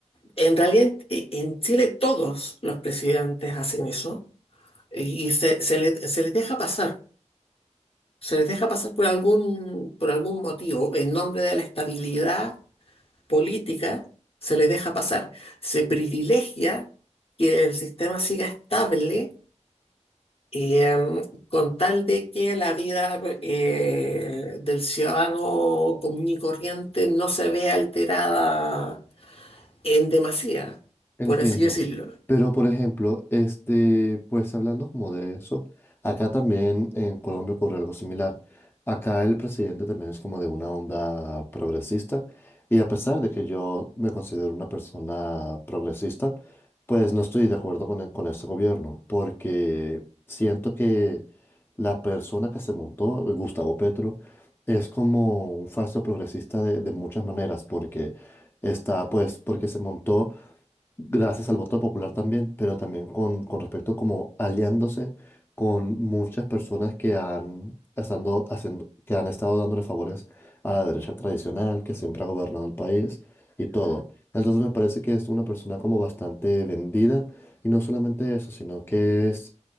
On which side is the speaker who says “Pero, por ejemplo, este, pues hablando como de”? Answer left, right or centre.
Left